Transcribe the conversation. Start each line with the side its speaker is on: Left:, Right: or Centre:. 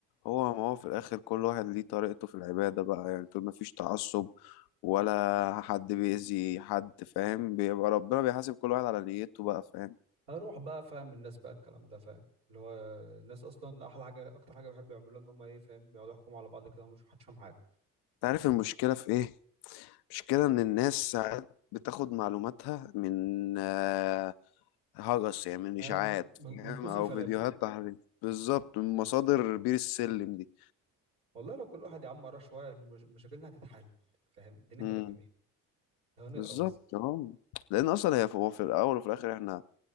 Left: هو ما هو في الآخر كل واحد ليه طريقته في العبادة بقى يعني طول ما فيش تعصب ولا حد بيأذي حد فاهم بيبقى ربنا بيحاسب كل واحد على نيته بقى فاهم
Right: هروح بقى فاهم الناس بقى الكلام ده فاهم اللي هو الناس اصلا احلى حاجه اكتر حاجه بيحبوا يعملوها ان هم ايه فاهم بيقعدوا يحكموا على بعض كده ومش محدش فاهم حاجه
Left: تعرف المشكلة في إيه؟ المشكلة إن الناس ساعات بتاخد معلوماتها من آه، هجس يعني من اشاعات
Right: آه، من من-
Left: فاهم
Right: من كوز
Left: او
Right: الفلافل
Left: فيديوهات تحريض بالظبط من مصادر بير السلم دي
Right: والله لو كل واحد يا عم قرا شويه مش- مشاكلنا هتتحل فاهم الدنيا
Left: امم
Right: هتبقى جميله لو نقرا
Left: بالظبط
Right: بس
Left: اه لان اصلا هي هو في الاول وفي الاخر احنا